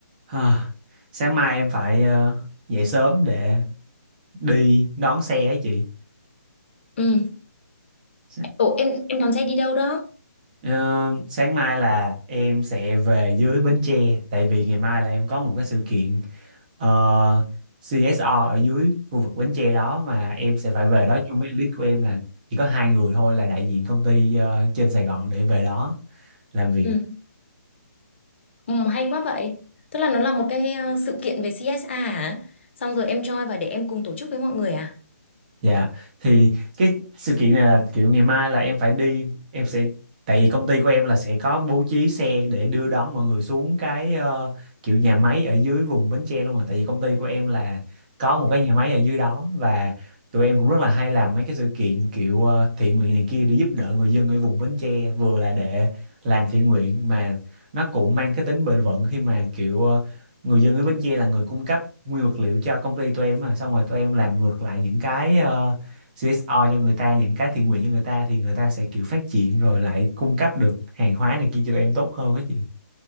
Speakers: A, on the right; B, on the left.
A: Ha, sáng mai em phải ờ, dậy sớm để đi đón xe ấy chị.
B: Ừ.
A: S-
B: Ủa em em đón xe đi đâu đó?
A: ờ, sáng mai là em sẽ về dưới Bến Tre tại vì ngày mai là em có một cái sự kiện ờ, CSR ở dưới khu vực Bến Tre đó mà em sẽ phải về đó chung với lead của em là chỉ có hai người thôi là đại diện công ty ờ, trên Sài Gòn để về đó làm việc.
B: Ừ. Ừ, hay quá vậy. Tức là nó là một cái ờ, sự kiện về CSA hả? Xong rồi em join và để em cùng tổ chức với mọi người à?
A: Dạ thì cái sự kiện này là kiểu ngày mai là em phải đi em sẽ tại vì công ty của em là sẽ có bố trí xe để đưa đón mọi người xuống cái ờ, kiểu nhà máy ở dưới vùng Bến Tre luôn rồi tại vì công ty của em là có một cái nhà máy ở dưới đó và tụi em cũng rất là hay làm mấy cái sự kiện kiểu ờ, thiện nguyện này kia để giúp đỡ người dân ở vùng Bến Tre vừa là để làm thiện nguyện mà nó cũng mang cái tính bền vững khi mà kiểu ờ, người dân ở Bến Tre là người cung cấp nguyên vật liệu cho công ty tụi em mà xong rồi tụi em làm ngược lại những cái ờ, CSO cho người ta những cái thiện nguyện cho người ta thì người ta sẽ kiểu phát triển rồi lại cung cấp được hàng hóa này kia cho tụi em tốt hơn á chị